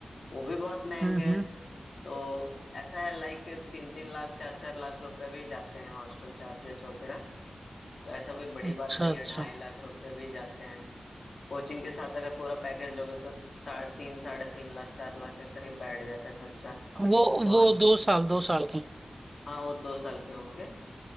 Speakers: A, on the left (about 65°); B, on the right (about 25°).
A: वो भी बहुत महंगे
B: हम्म
A: हैं
B: हम्म
A: तो ऐसा है लाइक तीन तीन लाख चार चार लाख रुपए भी जाते हैं हॉस्टल चार्जेस वगैरह तो ऐसा कोई बड़ी
B: अच्छा
A: बात नहीं
B: अच्छा
A: है ढाई लाख रुपए भी जाते हैं कोचिंग के साथ अगर पूरा पैकेज लोगे तो साढ़े तीन साढ़े तीन लाख चार लाख के करीब बैठ जाता है खर्चा
B: वो
A: बहुत
B: वो दो साल दो साल के
A: हाँ वो दो साल के होंगे